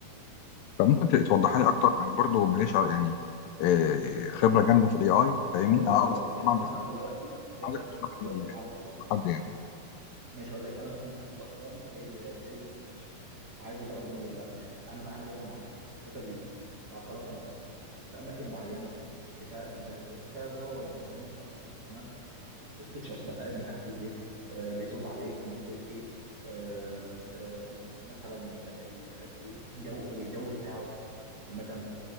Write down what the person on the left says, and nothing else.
فممكن ت- توضحها
لي اكتر انا برضو ماليش ع- يعني آه، خبره جامده في الاي اي فاهمني
انا
اه
بس
طبعا
بس
عاوزك تشرح
لي ال-
حد يعني